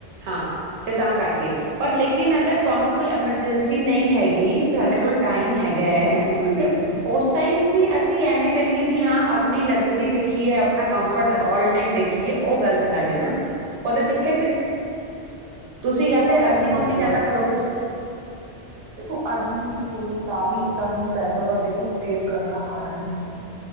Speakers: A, on the right (about 80°); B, on the right (about 60°).
A: ਹਾਂ, ਤੇ ਤਾਂ ਕਰਕੇ ਪਰ ਲੇਕਿਨ ਅਗਰ ਤੁਹਾਨੂੰ ਕੋਈ ਐਮਰਜੈਂਸੀ ਕਿ ਨਹੀਂ ਹੈਗੀ। ਸਾਡੇ ਕੋਲ ਟਾਈਮ ਹੈਗਾ,
B: ਬਿਲਕੁਲ
A: ਤੇ
B: ਬਿਲਕੁਲ
A: ਉਸ ਟਾਈਮ ਵੀ ਅਸੀਂ ਐਵੇਂ ਕਰੀਏ ਕਿ ਹਾਂ ਆਪਣੀ ਲਗਜ਼ਰੀ ਦੇਖੀ ਕਿ ਆਪਣਾ ਕਮਫਰਟ, ਆਲ ਟਾਈਮ ਦੇਖੀਏ, ਉਹ ਗ਼ਲਤ ਗੱਲ ਹੈ ਨਾ। ਉਹਦੇ ਪਿੱਛੇ
B: ਨਹੀਂ
A: ਫਿਰ, ਤੁਸੀਂ ਯਾ
B: ਉਹ
A: ਤੇ
B: ਤਾਂ ਹੁੰਦਾ
A: ਅਰਨਿੰਗ, ਉਰਨਿੰਗ
B: ਹੀ
A: ਜ਼ਿਆਦਾ
B: ਹੈ
A: ਕਰੋ ਫਿਰ।
B: ਦੇਖੋ ਅਰਨਿੰਗ ਵੀ ਹੋਵੇ ਤਾਂ ਵੀ ਤੁਹਾਨੂੰ ਪੈਸਾ ਦਾ ਦੇਖੋ, ਸੇਵ ਕਰਨਾ ਆਣਾ ਹੀ ਚਾਹੀਦਾ,